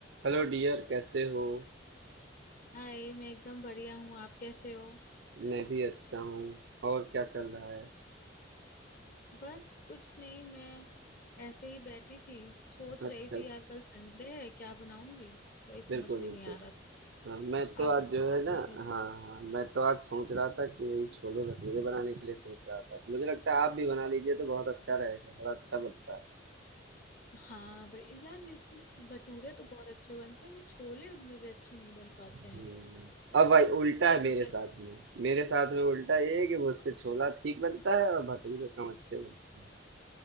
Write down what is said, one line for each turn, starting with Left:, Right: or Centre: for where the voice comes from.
Right: Hello dear कैसे हो
Left: हाय मैं एकदम बढ़िया हूँ आप कैसे हो
Right: मैं भी अच्छा हूँ और क्या चल रहा है
Left: बस कुछ नहीं मैं ऐसे ही बैठी थी सोच रही
Right: अच्छा
Left: थी यार कल संडे है क्या बनाऊंगी वही समझ
Right: बिल्कुल
Left: में
Right: बिल्कुल
Left: नहीं आ रहा था
Right: हाँ, मैं तो
Left: आप
Right: आज
Left: बताओ
Right: जो है
Left: आप
Right: ना
Left: क्या कर रहे
Right: हाँ
Left: हो
Right: हाँ मैं तो आज सोच रहा था कि वही छोले भटूरे बनाने के लिए सोच रहा था तो मुझे लगता है आप भी बना लीजिए तो बहुत अच्छा रहेगा बड़ा अच्छा बनता है
Left: हाँ बड़े यार मेरे से ना भटूरे तो बहुत अच्छे बनते हैं मेरे छोले मेरे अच्छे नहीं बन पाते
Right: हम्म,
Left: हैं
Right: अब भाई उल्टा
Left: मतलब
Right: है
Left: कुछ
Right: मेरे
Left: जैसे-
Right: साथ में मेरे साथ में उल्टा ये है कि मुझसे छोला ठीक बनता है और भटूरे कम अच्छे बनते